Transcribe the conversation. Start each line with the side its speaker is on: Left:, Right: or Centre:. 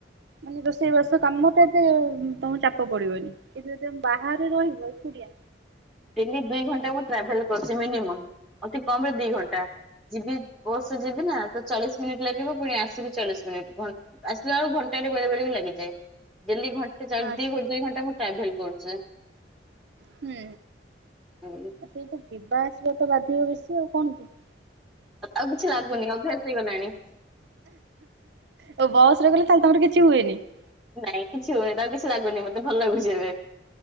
Right: ମାନେ ରୋଷେଇବାସ କାମ ତା ଏତେ ତମକୁ ଚାପ ପଡିବନି। କିନ୍ତୁ ଯଦି ତମେ ବାହାରେ ରହିବ ଏକୁଟିଆ
Centre: ଡେଲି ଦୁଇ ଘଣ୍ଟା ମୁଁ ଟ୍ରାଭେଲ କରୁଛି, ମିନିମମ୍ । କମ ରେ ଦି ଘଣ୍ଟା ଯିବି ବସ ଯିବି ନା ତ ଚାଳିଶ ମିନିଟ ଲାଗିବ ପୁଣି ଆସିବି ଚାଳିଶ ମିନିଟ୍ ଆସିଲା ବେକୁ ଘଣ୍ଟାଟ ବେଳେ ବେଳେ ବି ଲାଗିଯାଏ। ଦେଲି ଘଣ୍ଟେ ଚାଳିଶ୍
Right: ଆଚ୍ଛା।
Centre: ଦି ଦୁଇ ଘଣ୍ଟା ମୁଁ ଟ୍ରାଭେଲ କରୁଛି।
Right: ହୁଁ
Centre: ହୁଁ।
Right: ଆଛ <unintelligible> ଯିବା ଆସିବା ତ ବାଧିବ ବେଶି ଆଉ କଣ କି।
Centre: ଆଉ କିଛି ଲାଗୁନି ଅଭ୍ୟାସ ହେଇଗଲାଣି।
Right: ଓ ବସରେ ଗଲେ ଖାଲି ତମର କିଛି ହୁଏନି ।
Centre: ନାଇଁ କିଛି ହଉନି ତଉ କିଛି ଲାଗୁନି, ମତେ ଭଲ ଲାଗୁଛି ଏବେ